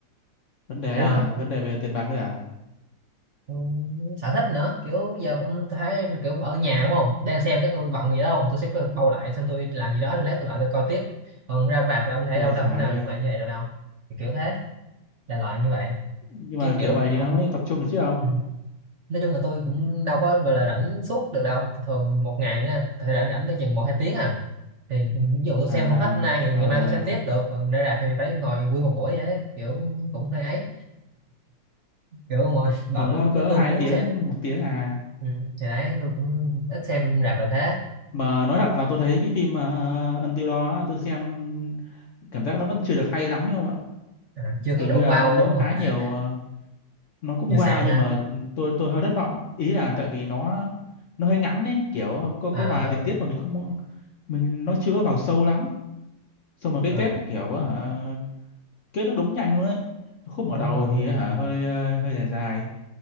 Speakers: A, on the left; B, on the right.
A: vấn đề ấy
B: sao
A: là vấn đề về tiền bạc thôi à
B: Ừ, sở thích nữa kiểu giờ mà tôi thấy kiểu ở nhà đúng không đang xem cái tôi bận gì đó không tôi sẽ có bao lại xem tôi làm gì đó xong lát tôi lại tôi coi tiếp còn ra rạp là ông thể
A: ôi
B: đâu đâu
A: giời
B: thể nào
A: ơi
B: dừng lại như vậy được đâu Thì kiểu thế là loại như vậy
A: nhưng
B: chứ
A: mà
B: kiểu
A: kiểu vậy thì
B: ông
A: nó mới tập trung được chứ không
B: ừ. nói chung là tôi cũng đâu có gọi là rảnh suốt được đâu thường một ngày nha thời rảnh rảnh tôi chừng một hai tiếng à thì ừ, ví dụ tôi
A: à
B: xem không hết nay thì
A: ờ
B: ngày mai tôi xem tiếp được còn ra rạp thì phải ngồi nguyên một buổi vậy đấy. kiểu cũng hơi ấy kiểu ngồi <laughs> bận
A: còn
B: lắm
A: có cỡ
B: nhưng tôi
A: hai
B: cũng muốn
A: tiếng
B: xem ấy
A: một tiếng à
B: ừ. thì đấy tôi cũng ít xem rạp là thế
A: mà nói thật là tôi thấy cái phim uh, Until đó tôi xem cảm giác nó vẫn chưa được hay lắm ấy không ạ
B: à, chưa có
A: kiểu
B: đủ
A: như là
B: wow
A: nó
B: rồi
A: nó
B: đúng
A: có khá
B: không
A: nhiều ờ, nó cũng
B: vừa
A: wow
B: sạn
A: nhưng
B: ha
A: mà ừ, tôi tôi hơi thất vọng ý là tại vì nó nó hơi ngắn ấy kiểu có
B: à
A: có vài tình tiết mà mình không mình nó chưa có vào sâu lắm xong rồi cái
B: ừ.
A: kết nó kiểu á hả kết nó đúng nhanh luôn ấy khúc mở
B: đúng
A: đầu
B: rồi
A: thì
B: đúng rồi
A: á hả hơi ờ, hơi dài dài